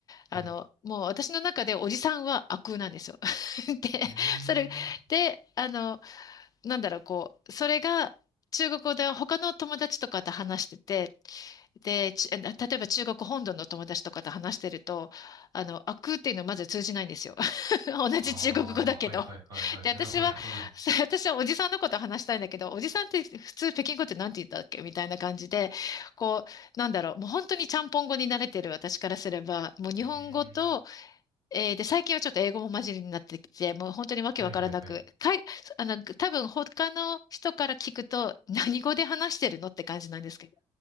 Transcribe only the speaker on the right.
はい。
うー
ん。
ああ、はいはいはいはい。
なるほどなるほど。
うーん。
はいはいはい。